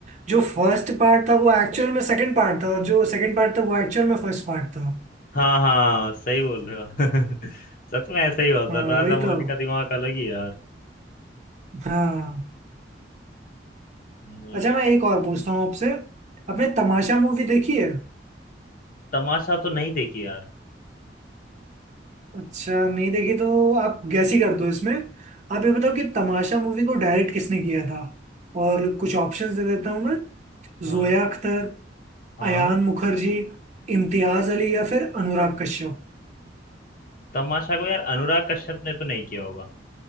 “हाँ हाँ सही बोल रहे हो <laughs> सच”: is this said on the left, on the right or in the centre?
Left